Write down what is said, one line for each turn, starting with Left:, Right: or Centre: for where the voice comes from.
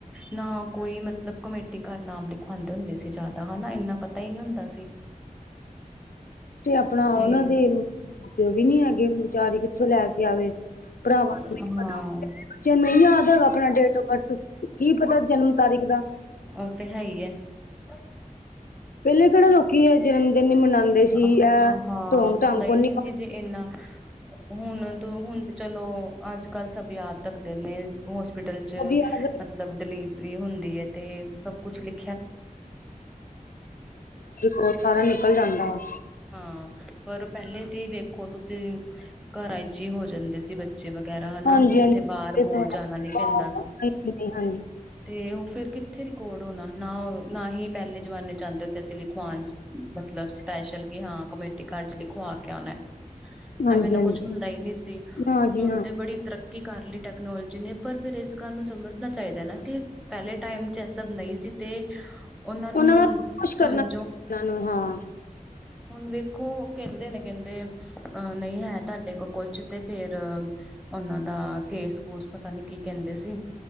Centre: ਨਾ ਕੋਈ ਮਤਲਬ ਕਮੇਟੀ ਘਰ ਨਾਮ ਲਿਖਵਾਉਂਦੇ ਹੁੰਦੇ ਸੀ ਜ਼ਿਆਦਾ ਹਨਾ ਇੰਨਾ ਪਤਾ ਹੀ ਨਹੀਂ ਹੁੰਦਾ ਸੀ
Left: ਤੇ ਆਪਣਾ
Centre: ਤੇ
Left: ਉਹਨਾਂ ਦੇ ਪਿਓ ਵੀ ਨੀ ਹੈਗੇ ਹੁਣ ਵਿਚਾਰੀ ਕਿੱਥੋਂ ਲੈ ਕੇ ਆਵੇ ਭਰਾਵਾਂ
Centre: ਹਾਂ
Left: ਨੂੰ ਵੀ ਨ ਪਤਾ ਜੇ ਨਹੀਂ ਯਾਦ ਹੈਗਾ ਆਪਣਾ ਡੇਟ ਆਫ ਬਰਥ ਕੀ ਪਤਾ ਜਨਮ ਤਾਰੀਕ ਦਾ
Centre: ਓਕੇ ਤੇ ਹੈ ਹੀ ਹੈ। <inaudible>
Left: ਪਹਿਲੇ ਕਿਹੜਾ ਲੋਕੀ ਇਹ ਜਨਮਦਿਨ ਹੀ ਮਨਾਉਂਦੇ ਸੀ
Centre: ਹਾਂ
Left: ਇਹ
Centre: ਹਾਂ
Left: ਢੋਂਗ
Centre: ਹੁੰਦਾ
Left: ਢਾਂਗ
Centre: ਹੀ
Left: ਕੋਨੀ
Centre: ਨਹੀਂ ਸੀ ਜੇ ਇੰਨਾ ਹੁਣ ਤੂੰ ਹੁਣ ਚਲੋ ਅੱਜ ਕੱਲ ਸਭ ਯਾਦ ਰੱਖਦੇ ਨੇ ਹੋਸਪਿਟਲ ਚ
Left: ਅਭੀ ਯਾਦ
Centre: ਮਤਲਬ ਡਿਲੀਵਰੀ ਹੁੰਦੀ ਹੈ ਤੇ ਸਭ ਕੁਛ ਲਿਖ
Left: ਉਹ ਸਾਰਾ ਨਿਕਲ ਜਾਂਦਾ ਵ
Centre: ਹਾਂ। ਪਰ ਪਹਿਲੇ ਦੀ ਵੇਖੋ ਤੁਸੀਂ ਘਰਾਂ ਹੋ ਜਾਂਦੇ ਸੀ ਬੱਚੇ ਵਗੈਰਾ ਹਨਾ
Left: ਹਾਂਜੀ
Centre: ਕਿੱਥੇ
Left: ਹਾਂਜੀ
Centre: ਬਾਹਰ
Left: ਇਹ ਤਾਂ
Centre: ਬੋਲ
Left: ਹੈ।
Centre: ਜਾਣਾ ਨੀ ਪੈਂਦਾ ਸੀ।
Left: <inaudible>
Centre: ਤੇ ਉਹ ਫਿਰ ਕਿੱਥੇ ਰਕਾਰਡ ਹੋਣਾ ਨਾ ਨਾ ਹੀ ਪਹਿਲੇ ਜਮਾਨੇ ਚ ਜਾਂਦੇ ਹੁੰਦੇ ਸੀ ਲਿਖ <unintelligible> ਮਤਲਬ ਸਪੈਸ਼ਲ ਕਿ ਹਾਂ ਕਮੇਟੀ ਘਰ ਚ ਲਿਖਵਾ ਕੇ ਆਨਾ।
Left: ਹਾਂਜੀ
Centre: ਐਵੇਂ ਦਾ
Left: ਹਾਂਜੀ
Centre: ਕੁਛ ਹੁੰਦਾ ਈ ਨਈ ਸੀ,
Left: ਨਾ ਜੀ
Centre: ਹੁਣ
Left: ਨਾ
Centre: ਤੇ ਬੜੀ ਤਰੱ ਕੀ ਕਰਲੀ ਟੈਕਨੋਲੋਜੀ ਨੇ, ਪਰ ਫਿਰ ਇਸ ਗੱਲ ਨੂੰ ਸਮਝਣਾ ਚਾਇਦਾ ਨਾ ਕਿ ਪੈਲੇ ਟਾਈਮ ਚ ਇਹ ਸਭ ਨਈ ਸੀ ਤੇ ਉਹਨਾਂ ਨੂੰ
Left: ਦਾ ਕੁਛ ਕਰਨਾ
Centre: ਸਮ
Left: ਨੂੰ ਹਾਂ।
Centre: ਹੁਣ ਵੇਖੋ ਕੈਂਦੇ ਨੇ ਕੈਂਦੇ ਅ ਨਈ ਹੈ ਤੁਆਡੇ ਕੋਲ ਕੁਛ ਤੇ ਫੇਰ ਉਹਨਾਂ ਦਾ ਕੇਸ ਕੂਸ ਪਤਾ ਨੀ ਕੀ ਕੈਂਦੇ ਸੀ